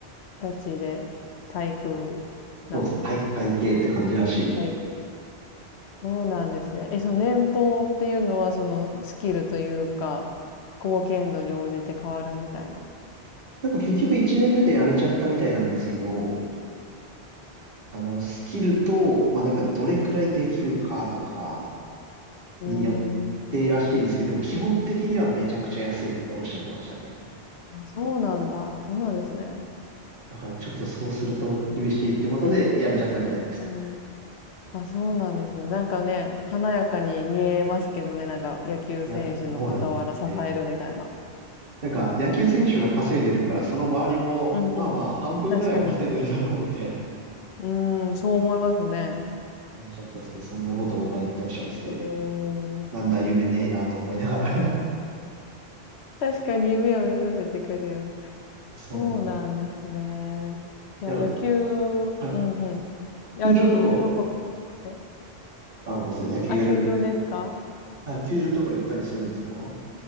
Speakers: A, on the left; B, on the right.
A: ガチで体育なんですよ。
B: そうです。体育会系って感じらしいです。
A: 体会系。そうなんですね。え、その年俸っていうのは、そのスキルというか、貢献度に応じて変わるみたいな。
B: なんか結局1年目で辞めちゃったみたいなんですけど、あの、スキルと、まあ、なんかどれくらいできるかとか
A: うん、
B: によっ
A: うん。うーん。
B: てらしいんですけど、でも基本的にはめちゃくちゃ安いっておっしゃってましたね。
A: あ、そうなんだ。そうなんですね。
B: だからちょっとそうすると厳しいってことで辞めちゃったみたいです。
A: 結構厳しい。うんうん。うんうん。あ、そうなんですね。なんかね、華やかに見えますけどね、なんか野球選手の傍ら支えるみたいな。
B: いや、そうなんですよね。なんか、野球選手が稼いでるから、その周りも、
A: うんうん。
B: まあまあ、半分ぐらいは稼いでるだろう、
A: 確かに。
B: みたいな
A: うーん、そう思いますね。
B: <laughs> 感じだったんですけど、そんなこともないっておっしゃってて、
A: へえー。
B: なんだ、夢ねえなと思いながら。
A: 確かに夢を見させてくれよって。
B: <laughs> そうなんです。
A: そうなんですね。いや、
B: いや、
A: 野球、うんうん。
B: はい。
A: やること好きって。
B: 球場とか、あ、ごめんなさい、野球やる。
A: あ、球場ですか
B: はい、球場とか行ったりするんですかは